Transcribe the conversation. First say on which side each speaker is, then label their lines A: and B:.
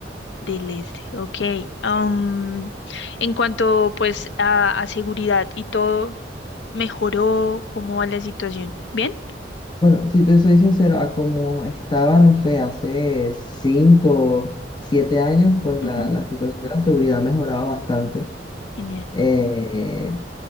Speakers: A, on the left (about 80°); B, on the left (about 25°).
A: Del Este, ok. Am, en cuanto pues a, a seguridad y todo, ¿mejoró? ¿Cómo va la situación? ¿Bien?
B: Bueno, si te soy sincero, a como estaba, no sé, hace cinco, siete años, pues
A: Ujú,
B: la, la situación de la seguridad ha mejorado bastante.
A: Genial.
B: Eh,